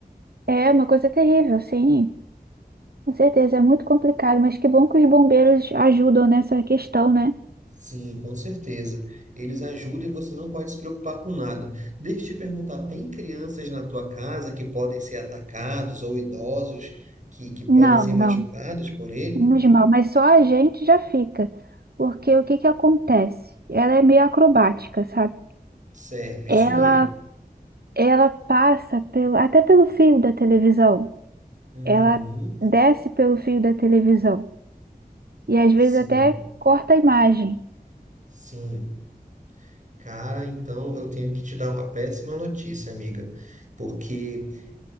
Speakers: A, on the right; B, on the right.
A: É uma coisa terrível, sim. Com certeza, é muito complicado, mas que bom que os bombeiros ajudam nessa questão, né?
B: Sim, com certeza. Eles ajudam e você não pode se preocupar com nada. Deixa eu te perguntar, tem crianças na tua casa que podem ser atacados ou idosos que, que
A: Não,
B: podem ser
A: não,
B: machucados por ele?
A: menos mal, mas só a gente já fica, porque o que que acontece? Ela é meio acrobática, sabe?
B: Certo, isso
A: Ela
B: mesmo.
A: Ela passa pelo, até pelo fio da televisão.
B: Uhum,
A: Ela desce pelo fio da televisão. E às vezes
B: sim,
A: até corta a imagem.
B: sim. Cara, então eu tenho que te dar uma péssima notícia, amiga, porque